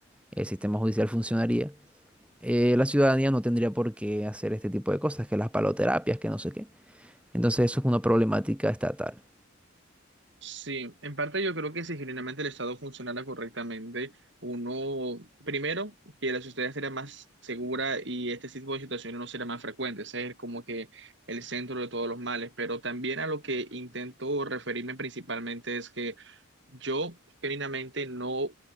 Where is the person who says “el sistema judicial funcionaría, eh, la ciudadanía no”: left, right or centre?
Centre